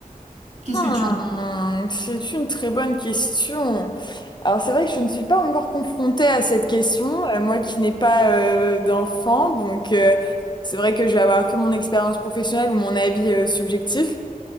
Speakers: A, on the right (about 55°); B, on the left (about 30°).
A: Qu'est-ce
B: Hmm,
A: que tu en
B: c'est une très bonne question. Alors c'est vrai que je ne suis pas encore confrontée à cette question, euh, moi qui n'ai pas euh, d'enfant, donc euh, c'est vrai que je vais avoir que mon expérience professionnelle ou mon avis euh, subjectif.